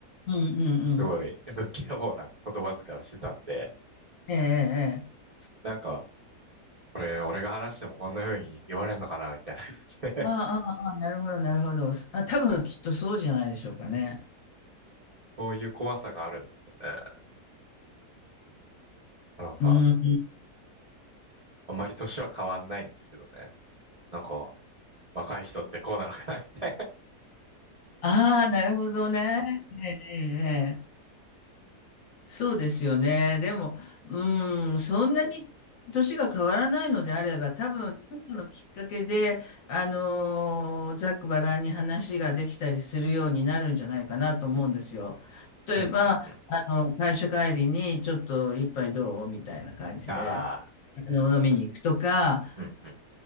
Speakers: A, on the left; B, on the right.
A: うんうんうん。
B: すごい、ぶっきらぼうな言葉遣いをしてたんで、
A: ええ、ええ。
B: なんか、これ、俺が話してもこんな風に言われんのかな、みたいな感じで
A: ああ、ああ、なるほど、なるほど。あ、多分きっとそうじゃないでしょうかね。
B: そういう怖さがあるんですよね。なんか、
A: うん。
B: あんまり年は変わんないんですけどね。なんか、若い人ってこうなのかな。
A: ああ、なるほどね。ええ、ええ。ええそうですよね。でも、うん、
B: うん、
A: そんなに年が変わらないのであれば、多分、何かのきっかけで、あのーざっくばらんに話ができたりするようになるんじゃないかなと思うんですよ。例えば、
B: うん、うん、うん。
A: あの、会社帰りにちょっと一杯どうみたいな感じで、
B: ああ、
A: あの、飲みに行くとか、
B: うん、うん、